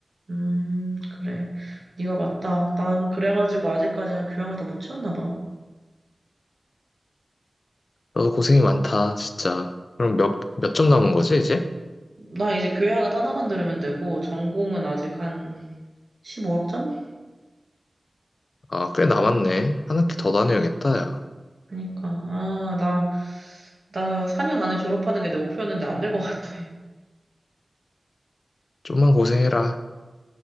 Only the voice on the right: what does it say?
음, 그래. 네가 맞다. 난 그래가지고 아직까지 교양을 다 못 채웠나 봐.
나 이제 교양을 하나만 들으면 되고, 전공은 아직 한 15학점?
그치?
그니까. 아, 나, 나 4년 안에 졸업하는 게 내 목표였는데 안 될 것 같아. <laughs>